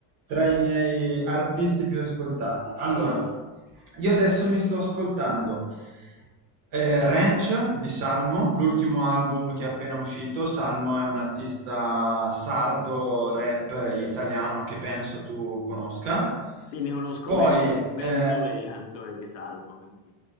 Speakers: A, on the right (about 50°); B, on the left (about 75°).
A: tra i miei artisti più ascoltati. Allora, io adesso mi sto ascoltando eh, Ranch di Salmo, l'ultimo album che è appena uscito. Salmo è un artista sardo, rap eh, italiano che penso tu conosca.
B: Sì, ne conosco
A: Poi,
B: ben, du- ben
A: eh,
B: due di canzoni di Salmo, quindi